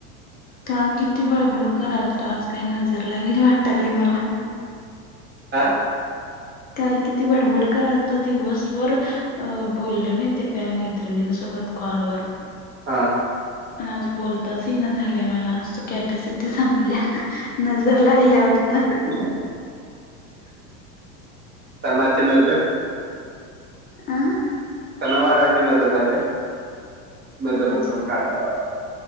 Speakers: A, on the left (about 25°); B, on the right (about 25°).
A: काल किती बडबड करालतो, आज काय नजर लागली वाटलंय मला.
B: काय?
A: काल किती बडबड करालतो दिवसभर अ, बोललोय माहिती आहे? त्या मैत्रिणींसोबत कॉलवर
B: हा.
A: आणि आज बोलताच येईना झालंय मला, असं कपॅसि टी संपल्या, नजर लागल्या वाटतं.
B: ते कसं? कीणाची नजर?
A: आं.
B: सनावाराची नजर लागल्या, नजर
A: कोणाची
B: उतरून काढायला लावा.